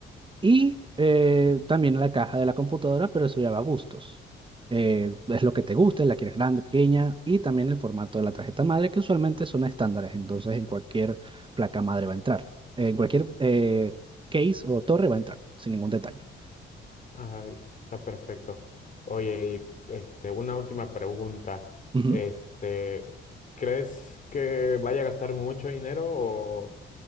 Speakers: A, on the right; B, on the left.
A: Y eh, también la caja de la computadora, pero eso ya va a gustos. Eh, es lo que te guste, la quieres grande, pequeña, y también el formato de la tarjeta madre, que usualmente son estándares, entonces en cualquier placa madre va a entrar, en cualquier eh, case o torre va a entrar, sin ningún detalle.
B: Ay, pues está perfecto. Oye, y este, una última pregunta.
A: Ujú.
B: Este, ¿crees que vaya a gastar mucho dinero o